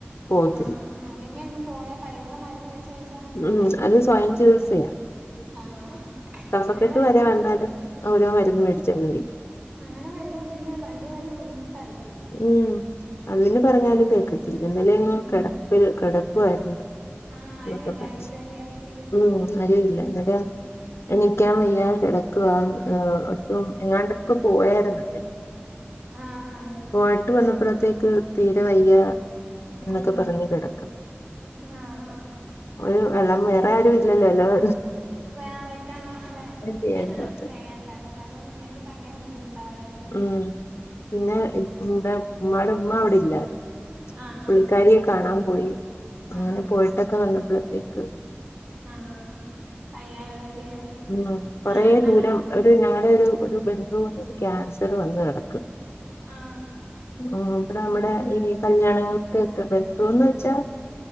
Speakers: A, on the left; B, on the right.
A: പോവത്തില്ല
B: ആഹ് അതെന്നെ പോയ കൈയോളം മരുന്ന് കഴിച് ചങ്ങ് മാറിയേന
A: ഉം അത് സ്വയം ചികിത്സയാ
B: ആ
A: കഫക്കെട്ട്
B: അങ്ങനെ വെച്ചോണ്ടിരി
A: വരെ വന്നാലും ഓരോ മരുന്ന് മേടിച്ചങ്ങ് കഴിക്കും
B: അങ്ങനെ വരുമ്പോ പിന്നെ വലിയ വലിയ ബുദ്ധിമുട്ടായി പോവും
A: ഉം അതിന് പറഞ്ഞാലും കേൾക്ക ത്തില്ല ന്നാലും ഞങ്ങൾ
B: ഉം
A: കിടപ്പിൽ കിട വായിരുന്നു
B: ആഹ് ആരും
A: അതൊക്കെതന്നെ
B: ഇല്ലായിരിക്കുവല്ലേ ആ വീട്ടി
A: ഉം ആരുല്ല ന്നട്ടോ എനിക്കാൻ വയ്യാ കിടക്കവാ ഏ ഒട്ടും എങ്ങാണ്ടൊക്കെ പോയാരുന്നു
B: ആഹ് ആഹ്
A: പോയിട്ട് വന്നപ്പോഴത്തേക്ക് തീരെ വയ്യ എന്നൊക്കെ
B: ഉം
A: പറഞ്ഞ് കെടക്കും
B: ആഹ് ആഹ്
A: ഒരു വെള്ളം വേറെ ആരും ഇല്ലല്ലോ വ
B: വേ വെക്കാന അതെ
A: ചെയ്യേണ്ടത്
B: ചെയ്യേണ്ടായി ഒരാളോട് ഇല്ലെങ്കിൽ ഭയങ്കരം ബുദ്ധിമുട്ട വയ്യാ
A: ഉം പിന്നെ ഇടെ മ്മ മ്മള മ്മ അവിടെ ഇല്ലാ
B: ആഹ്
A: പുള്ളിക്കാരിയെ
B: ആഹ്
A: കാണാൻ പോയി അങ്ങനെ
B: ആഹ്
A: പോയിട്ടൊക്കെ വന്ന പ്പോത്തേക്ക്
B: ആഹ് പയ്യായിരുന്നില്ലേ
A: ഉം കൊറേ
B: ആ ന്നങ്ങ
A: ദൂരം ഒരു ഞങ്ങളുടെ ഒരു ഒരു ബന്ധുന്ന് ക്യാൻസർ വന്ന് കിടക്കുന്നു
B: ആഹ്
A: ഉം ഇവടെ നമ്മടെ ഏ കല്യാണ <unintelligible> ബന്ധുന്ന് വെച്ചാ